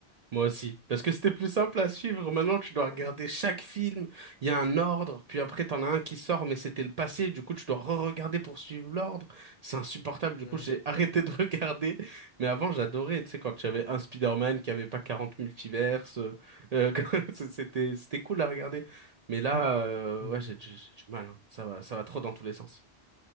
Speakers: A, on the right (about 55°); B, on the left (about 80°).
A: Moi aussi. Parce que c'était plus simple à suivre. Maintenant, tu dois
B: Ouais.
A: regarder chaque film. Il y a un ordre. Puis après, t'en as un qui sort, mais c'était le passé. Du coup, tu dois re-regarder pour suivre l'ordre. C'est insupportable. Du
B: Mm,
A: coup, j'ai arrêté de <laughs> regarder. Mais avant, j'adorais. Tu sais, quand j'avais un Spider-Man qui avait pas 40 multiverses. euh, euh, <laughs> quand- c'était, c'était cool à regarder. Mais là,
B: mm,
A: euh,
B: mm.
A: ouais, j'ai j'ai- j'ai du mal. hein. Ça va, ça va trop dans tous les sens.